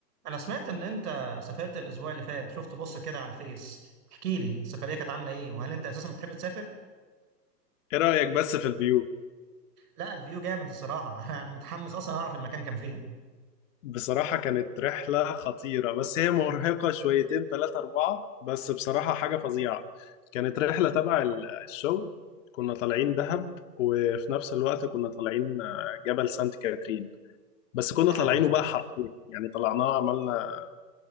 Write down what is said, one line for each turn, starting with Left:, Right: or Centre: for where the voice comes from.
Right: انا سمعت ان انت سافرت الاسبوع اللي فات شفت بص كده على الفيس احكي لي السفريه كانت عامله ايه وهل انت اساسا بتحب تسافر
Left: ايه رأيك بس في الفيو
Right: لا الفيو جامد الصراحه <laughs> انا متحمس اصلا اعرف المكان كان فين
Left: بصراحة كانت رحلة خطيرة بس هي مرهقة شويتين ثلاثة أربعة بس بصراحة حاجة فظيعة كانت رحلة تبع ال- الشغل كنا طالعين دهب وفي نفس الوقت كنا طالعين آه، جبل سانت كاترين بس كنا
Right: دهب
Left: طالعينه بقى حرفيا يعني طلعناه عملنا